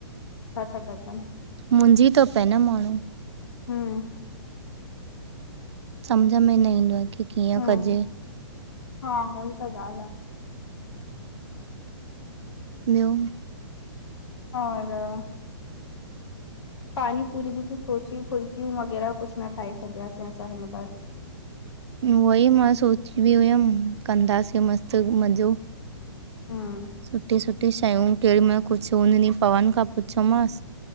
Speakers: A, on the left; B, on the right.
A: छा छा कंदमि
B: मुंझी तो पै न माण्हूं
A: हम्म
B: सम्झ में न ईंदो आ की कीअं
A: हम्म
B: कजे
A: हा होई त ॻाल्हि आ।
B: ॿियो?
A: और पानी पुरी बि तूं सोची फुल्कियूं वग़ैरह कुछ न ठाहे सघियासीं असां हिन बार
B: उहोई मां सोची बि हुयम कंदासीं मस्तु मज़ो
A: हम्म
B: सुठी -सुठी शयूं केॾीमहिल कुछु हुन ॾीह पवन खां पुछियोमांसि